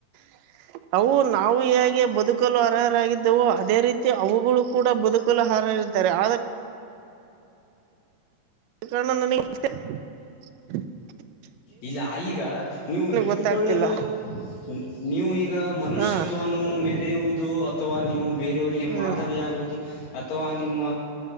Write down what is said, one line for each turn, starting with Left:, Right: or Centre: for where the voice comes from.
Right: <inaudible> ಅವು ನಾವು ಹೇಗೆ ಬದುಕಲು ಅರ್ಹರಾಗಿದ್ದವು ಅದೇ ರೀತಿ <inaudible> ತ್ತೆ ಅವುಗಳು ಕೂಡ ಬದುಕಲು ಅರ್ಹರರ ಇರುತ್ತಾರೆ. ಆದಾ <inaudible> ನನ್ನ ನನ್ನ ಇಚ್ಛೆ? <inaudible> <unintelligible>
Left: ಇಲ್ಲ ಈಗ ನೀವು ಹಿಡಿದುಕೊಳ್ಳಲು.
Right: ಗೊತ್ತಾಗ್ತಿಲ್ಲ
Left: <inaudible> ನೀವು ಈಗ ಮನುಷ್ಯತ್ವವನ್ನು
Right: ಹಾ
Left: ಮೆರೆಯುವುದು ಅಥವಾ ನೀವು <inaudible> ಬೇರೆಯವರಿಗೆ
Right: ಹ್ಮ್
Left: ಮಾದರಿಯಾಗುವುದು ಅಥವಾ ನಿಮ್ಮ